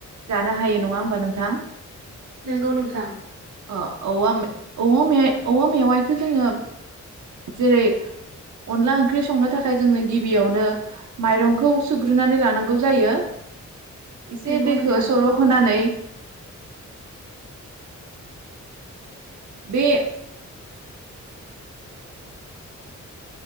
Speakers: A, on the right; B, on the right.
A: जानो हायो नङा होमबा नोंथां ।
B: नंगौ नोंथां ।
A: अ औवा मे औवा मेवाइखौ जोङो जेरै अनला ओंख्रि संनो थाखाय जोंङनो गिबियावनो माइरंखौ सुग्रोनानै लानांगौ जायो । एसे
B: नंगौ
A: दैखौ
B: नोंथां
A: सर होनानै बे